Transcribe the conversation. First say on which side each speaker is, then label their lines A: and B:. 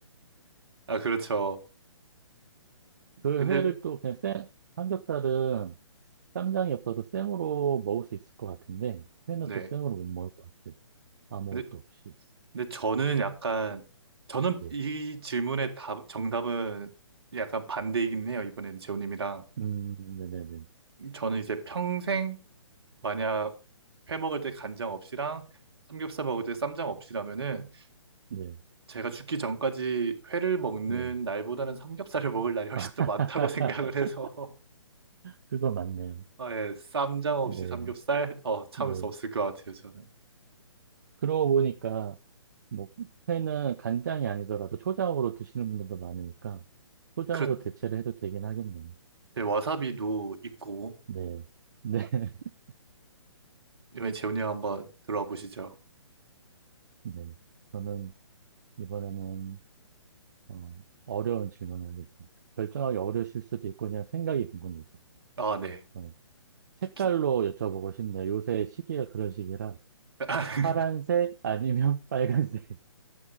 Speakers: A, on the right (about 55°); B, on the right (about 35°).
A: 아 그렇죠.
B: 그
A: 근데
B: 회를 또 그냥 생, 삼겹살은 쌈장이 없어도 생으로 먹을 수 있을 것 같은데, 회는
A: 네.
B: 또 생으로 못 먹을 것 같아. 아무것도
A: 근데
B: 없이.
A: 근데 저는 약간 저는
B: 네.
A: 이 질문의 답 정답은 약간 반대이긴 해요. 이번엔 재호님이랑
B: 음, 네네네.
A: 저는 이제 평생 만약 회 먹을 때 간장 없이랑 삼겹살 먹을 때 쌈장 없이라면은
B: 네,
A: 제가 죽기 전까지 회를 먹는
B: 네.
A: 날보다는 삼겹살을 <laughs> 먹을 날이 훨씬
B: <laughs>
A: 더 많다고 <laughs> 생각을 해서
B: 그거 맞네요.
A: <laughs> 아, 예, 쌈장 없이
B: 네,
A: 삼겹살 어 참을
B: 네.
A: 수 없을 것 같아요. 저는
B: 그러고 보니까, 뭐, 회는 간장이 아니더라도 초장으로 드시는 분들도 많으니까, 초장으로
A: 그렇
B: 대체를 해도 되긴 하겠네요.
A: 네, 와사비도 있고
B: 네, 네, <laughs>
A: 이번에 재이님 한번 들어와 보시죠.
B: 네. 저는 이번에는 어, 어려운 질문을 하겠습니다. 결정하기 어려우실 수도 있고 그냥 생각이 궁금해서.
A: 아 네.
B: 어, 색깔로
A: 좀 기...
B: 여쭤보고 싶네요. 요새 시기가 그런 시기라
A: <laughs>
B: 파란색 아니면 <laughs> 빨간색.